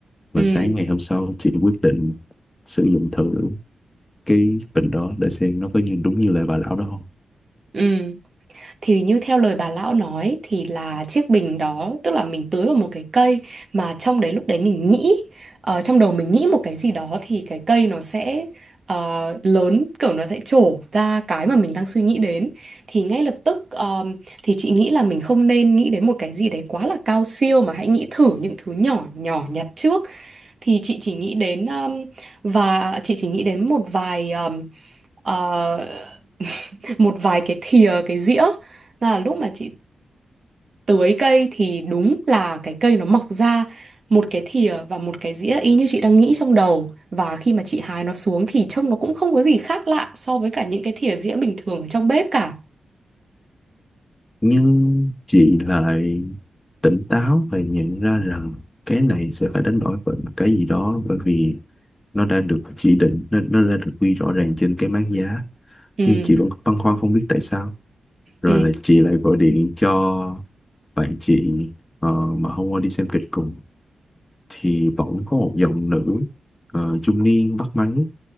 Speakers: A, on the left; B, on the right.
A: và
B: Ừ,
A: sáng ngày hôm sau chị quyết định sử dụng thử cái bình đó để xem nó có như đúng như lời bà lão đó không
B: ừ. thì như theo lời bà lão nói thì là chiếc bình đó tức là mình tưới vào một cái cây mà trong đấy lúc đấy mình nghĩ ờ, trong đầu mình nghĩ một cái gì đó thì cái cây nó sẽ ờ, lớn kiểu nó sẽ trổ ra cái mà mình đang suy nghĩ đến thì ngay lập tức ờm, thì chị nghĩ là mình không nên nghĩ đến một cái gì đấy quá là cao siêu mà hãy nghĩ thử những thứ nhỏ nhỏ nhặt trước thì chị chỉ nghĩ đến um, và chị chỉ nghĩ đến một vài um, ờ, <laughs> một vài cái thìa cái dĩa là lúc mà chị tưới cây thì đúng là cái cây nó mọc ra một cái thìa và một cái dĩa y như chị đang nghĩ trong đầu và khi mà chị hái nó xuống thì trông nó cũng không có gì khác lạ so với cả những cái thìa dĩa bình thường ở trong bếp cả
A: nhưng chị lại tỉnh táo và nhận ra rằng cái này sẽ phải đánh đổi bởi một cái gì đó bởi vì nó đã được chỉ định nó, nó đã được ghi rõ ràng trên cái mác giá
B: ừ
A: nhưng chị vẫn băn khoăn không biết tại sao rồi
B: ừ
A: là chị lại gọi điện cho bạn chị ờ, mà hôm qua đi xem kịch cùng thì bỗng có một giọng nữ ờ, trung niên bắt máy